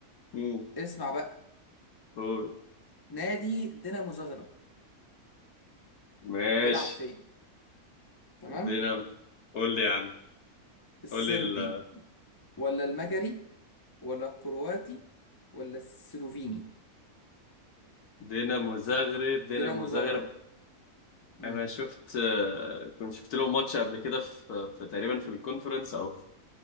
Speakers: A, on the left; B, on the left.
A: مم.
B: اسمع بقى
A: قول
B: نادي دينامو زغرب
A: ماشي
B: بيلعب فين تمام
A: دينامو قول لي يا عم
B: الصربي
A: قول لي ال-
B: ولا المجري ولا الكرواتي ولا السلوفيني
A: دينامو زغرب دينامو
B: دينامو زغرب
A: زغرب
B: امم
A: انا شفت آه، كنت شفت له ماتش قبل كده في في تقريبا في الكونفرنس او في